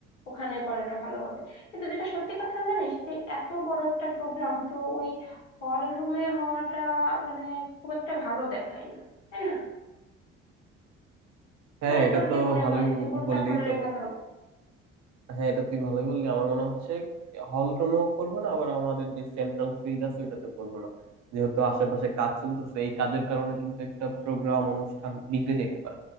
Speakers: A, on the left; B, on the right.
A: ওখানে করাটা ভালো হবে কিন্তু যেটা সত্যি কথা জানিস যে এত বড় একটা প্রোগ্রাম তো ওই হল রুমে হওয়াটা মানে খুব একটা ভালো দেখায় না তাই না
B: হ্যাঁ
A: মানে
B: এটা
A: তোর
B: তো
A: কি মনে
B: ভালোই
A: হয়
B: বল-
A: যে কোনটা
B: বললেই
A: করলে
B: তোর
A: ভালো হবে
B: হ্যাঁ এটা তুই ভালোই বললি আমার মনে হচ্ছে হল রুমেও করবো না আবার আমাদের যে সেন্ট্রাল ফিল্ড আছে ওইটাতে করবো না যেহেতু আশেপাশে কাজ চলতেছে এই কাজের কারণে কিন্তু একটা প্রোগ্রাম অনুষ্ঠান বিগড়ে যাইতে পারে